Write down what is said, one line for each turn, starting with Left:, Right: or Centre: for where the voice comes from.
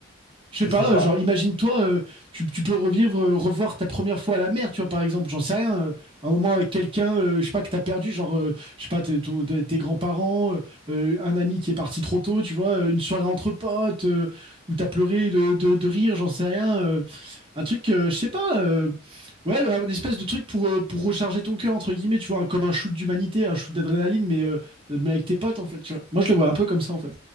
Right: Je
Left: je
Right: sais pas,
Left: sais pas.
Right: euh, genre, imagine-toi, euh, tu, tu peux revivre, euh, revoir ta première fois à la mer, tu vois, par exemple, j'en sais rien, euh, un moment avec quelqu'un, euh, je sais pas, que t'as perdu, genre, euh, je sais pas, tes ton- tes- tes grands-parents, euh, euh, un ami qui est parti trop tôt, tu vois, euh, une soirée entre potes, euh, où t'as pleuré de, de, de rire, j'en sais rien. euh, Un truc, euh, je sais pas, euh, ouais, une espèce de truc pour, euh, pour recharger ton cœur, entre guillemets, tu vois, comme un shoot d'humanité, un shoot d'adrénaline, mais, euh, mais avec tes potes, en fait, tu vois. Moi, je le vois un peu comme ça, en fait.